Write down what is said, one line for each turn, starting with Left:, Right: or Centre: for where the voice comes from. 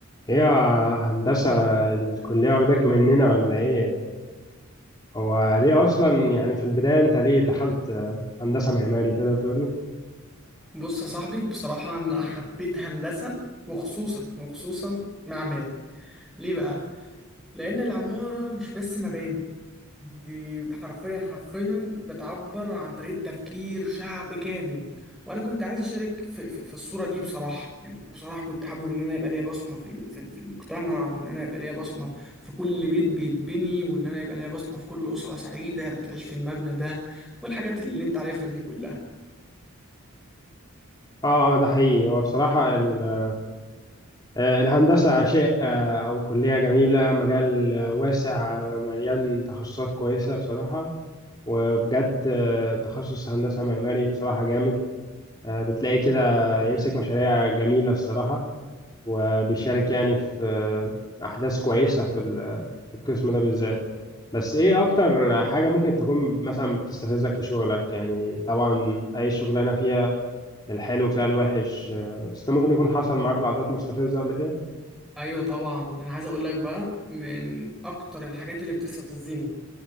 Left: هي هندسة الكلية واخداك مننا ولا ايه؟ هو ليه اصلا يعني في البداية انت ليه دخلت آه، هندسة معماري تقدر تقول لي؟
Centre: بص يا صاحبي بصراحة أنا حبيت هندسة وخصوصا وخصوصا معماري ليه بقى؟ لأن العمارة مش بس مباني دي حرفيا حرفيا بتعبر عن طريقة تفكير شعب كامل وأنا كنت عايز أشارك في, في, في الصورة دي بصراحة يعني بصراحة كنت حابب إن أنا يبقى ليا بصمة في, ال- في, في المجتمع وإن أنا يبقى ليا بصمة في كل بيت بيتبني وإن أنا يبقى ليا بصمة في كل أسرة سعيدة بتعيش في المبنى ده والحاجات اللي أنت عارفها دي كلها
Left: اه آه، ده حقيقي هو بصراحة ال- آه، الهندسة شيء آه، او كلية جميلة مجال آه، واسع آه، مليان تخصصات كويسة بصراحة وبجد آه، تخصص هندسة معماري بصراحة جامد آه، بتلاقي كده يمسك مشاريع جميلة الصراحة وبيشارك يعني في آه، أحداث كويسة في ال- في القسم ده بالذات بس إيه أكتر حاجة ممكن تكون مثلا بتستفزك في شغلك يعني طبعا أي شغلانة فيها الحلو فيها الوحش آه، بس أنت ممكن يكون حصل معاك لقطات مستفزة قبل كده
Centre: ايوه طبعا انا عايز اقول لك بقى من اكتر الحاجات اللي بتستفزني